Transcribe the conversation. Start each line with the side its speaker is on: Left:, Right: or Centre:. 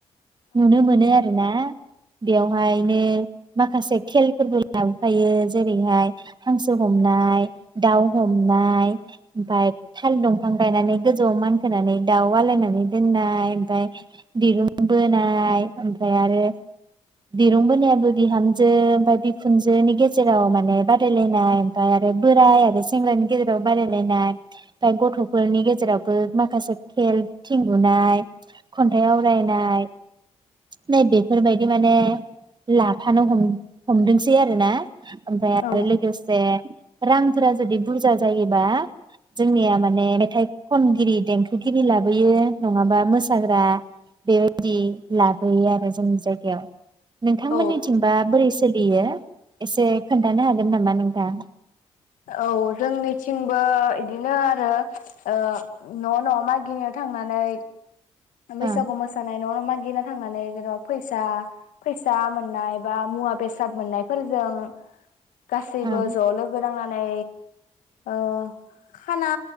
Right: नुनो मोनो आरो ना बेयावहायनो माखासे खेलफोरबो लाबोफायो जेरैहाय हांसो हमनाय दाउ हमनाय ओमफाय थाल दंफां गायनानै गोजौआव मानखोनानै दाउ आलायनानै दोननाय ओमफाय दिरुं बोनाय ओमफ्राय आरो दिरुं बोनायाबो बिहामजो ओमफाय बिखुनजोनि गेजेराव माने बादायलायनाय ओमफाय आरो बोराय आरो सेंग्रानि गेजेराव बादाय लायनाय फाय गथ'फोरनि गेजेरावबो माखासे खेल थिं बुनाय खन्थाइ आवरायनाय नै बेफोरबायदि माने लाफानो हम हमदोंसै आरो ना ओमफाय आरो
Left: औ
Right: लोगोसे रांफोरा जुदि बुरजा जायोबा जोंनिया माने मेथाइ खनगिरि देंखोगिरि लाबोयो नङाबा मोसाग्रा बेबायदि लाबोयो आरो जोंनि जायगायाव नोंथांमोननिथिंबा
Left: औ
Right: बोरै सो सोलियो एसे खोन्थानो हागोन नामा नोंथां
Left: औ जोंनिथिंबो इदिनो आरो ओ न' न' मागिनो थांनानै बैसागु
Right: ओं
Left: मोसानाय नङा मागि मागिनो थांनानै जेन'बा फैसा फैसा मोननाय बा मुवा बेसाद मोननायफोरजों गासैबो
Right: ओं
Left: ज' लोगो नांना नै ओ खाना